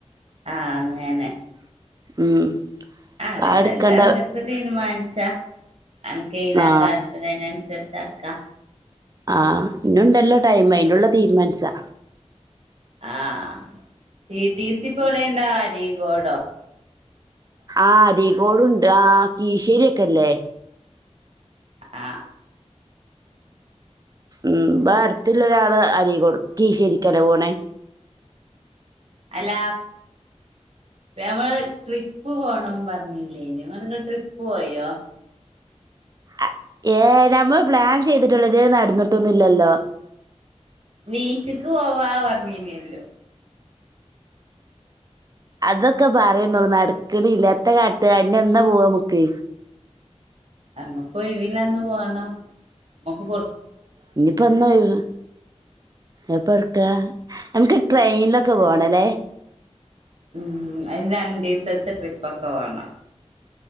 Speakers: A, on the right; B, on the right.
A: ആഹ് അങ്ങനെ
B: ഉം അപ്പൊ
A: ആഹ് റിസൽട്ട്
B: ആ എടുക്കണ്ട
A: ന്നിട്ട തീരുമാനി ച്ച. അൻകയ്നാ
B: ആ
A: താൽപര്യം അയിനന്സര് ചക്ക.
B: ആഹ് ഇനുണ്ടല്ലോ ടൈംമ് അയിന്റുള്ള തീരുമാൻച്ചാ.
A: ആഹ് ട്ടി ട്ടി സി പ്പോടെണ്ടാ അരിക്കോ ടോ
B: ആദി ഗോഡണ്ട് ആ കിഴിശ്ശെരി ഒക്കെല്ലേ
A: അ
B: ഉം ഇബടുത്ത്ല്ല ഒരാള് അരിക്കൊട് കിശ്ശെ രിക്കല്ലേ പോണെ
A: അല്ല ഞമ്മള് ട്രിപ്പ് പോണം പറഞ്ഞില്ലേനെ നിങ്ങ ട്രിപ്പ് പോയോ
B: അ- ഏ നമ്മ പ്ലാൻ ചെയ്തിട്ടുള്ള ഇത് നടന്നിട്ടൊന്നുംലില്ലോ
A: ബീച്ചക്ക് പോവാ പറഞ്ഞീനല്ലോ
B: അതൊക്കെ പറയന്നോള്ളു നടക്കണില്ല എത്താ കാട്ട് ഇനി എന്നാ പോവാമക്ക്
A: നമ്മക്ക് ഒഴിവുള്ളഅന്ന് പോണം നമുക്ക്
B: ഇനിയിപ്പോ എന്നാ ഒഴിവ് എപ്പ എടുക്ക ഞമക്ക് ട്രെയിനിലൊക്കെ പോണ്ലെ
A: ഉം അതിന് രണ്ടു ദിവസത്തെ ട്രിപ്പക്കെ വേണം